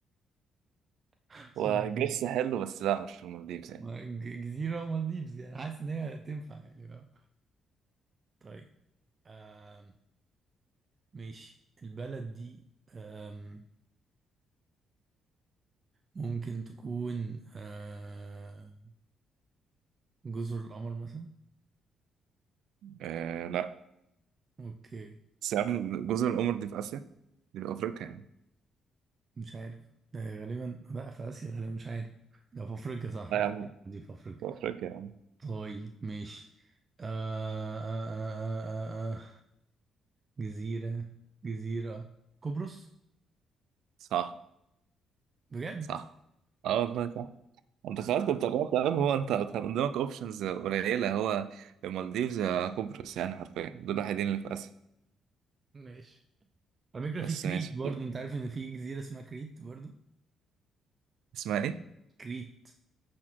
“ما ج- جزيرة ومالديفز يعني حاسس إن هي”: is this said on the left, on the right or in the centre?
Right